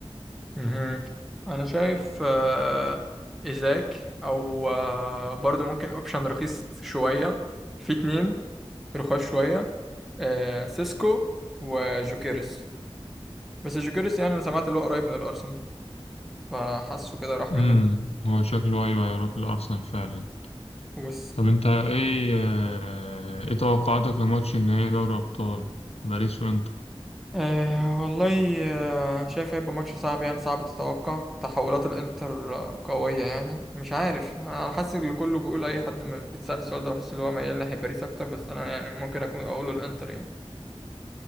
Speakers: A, in the centre; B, on the left.
A: مهم. انا شايف آه، ازاك او آه، برضو ممكن اوبشن رخيص شوية في اتنين رخاص شوية آه، سيسكو وجوكيرس بس جوكيرس يعني انا سمعت اللي هو قريب من الارسنال فحاسه كده راح
B: امم هو شكله ايوه هيروح الارسنال فعلا
A: منه
B: طب انت ايه آه، ايه توقعاتك لماتش النهائي دوري ابطال باريس وانتر
A: أه والله أه شايف هيبقى ماتش صعب يعني صعب تتوقع تحولات الانتر آه، قوية يعني مش عارف انا حاسس ان كله بيقول اي حد م- بيتسأل السؤال ده بحس ان هو ميال ناحية باريس اكتر بس انا يعني ممكن اكون اقوله الانتر يعني